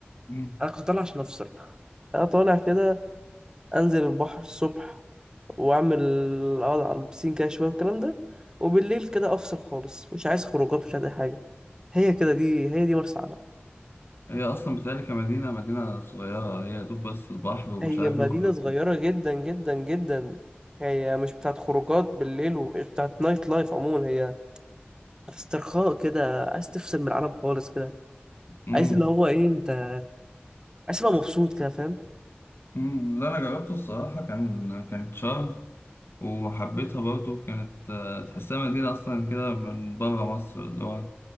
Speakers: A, on the left; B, on the right.
A: مم.
B: انا كنت طالع عشان افصل انا طالع كده انزل البحر الصبح واعمل اقعد على البسين كده شويه والكلام ده وبالليل كده افصل خالص مش عايز خروجات مش عايز اي حاجه هي كده دي هي دي مرسى علم
A: هي أصلا بتهيألي كمدينة مدينة صغيرة هي دوب بس البحر ومش
B: هي
A: عارف
B: مدينه
A: إيه وخلاص
B: صغيره جدا جدا جدا هي مش بتاعت خروجات بالليل ومش بتاعت نايت لايف عموما هي بتاعت استرخاء كده عايز تفصل من العالم خالص كده
A: مم.
B: عايز اللي هو ايه انت عايز تبقى مبسوط كده فاهم
A: مم. لا أنا جربته الصراحة كان كانت شرم وحبيتها برضو كانت آه، تحسها مدينة أصلا كده من بره مصر اللي هو